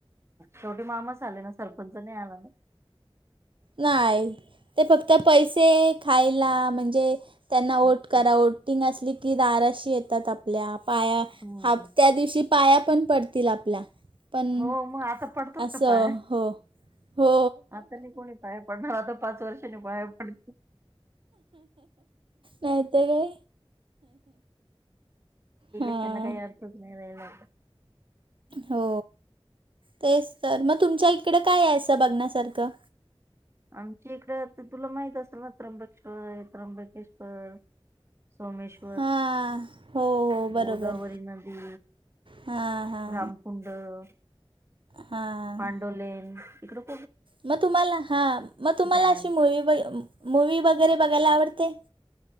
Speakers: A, on the right; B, on the right.
A: शेवटी मामाच आले ना सरपंच नाही आला ना.
B: नाही ते फक्त पैसे खायला म्हणजे त्यांना
A: हं,
B: ओट करा
A: हं.
B: ओट. ओटींग असली की दाराशी येतात आपल्या पाया
A: हं.
B: हात त्या दिवशी पाया पण पडतील आपल्या पण
A: हो मग आता पडतात
B: असं
A: का पाय
B: हो हो
A: आता मी कोणी पाय पडणार आता पाच वर्षानी बाय पड.
B: नाहीत काय? हां
A: शना काही अर्थच नाही राला
B: हो तेच तर मग तुमच्या इकडे काय असं बघण्यासारखं.
A: आमची इकडे तुला माहित असेल ना त्र्यंबकेश्वर त्र्यंबकेश्वर सोमेश.
B: हां हो हो
A: गोदावरी
B: बरोबर
A: नदी
B: हां हां
A: रामकुंड ह.
B: हां
A: पांडोलेन इकडं,
B: मग तुम्हाला हां, मग तुम्हाला
A: डॅम
B: अशी मवी मूवी वगैरे बघायला आवडते.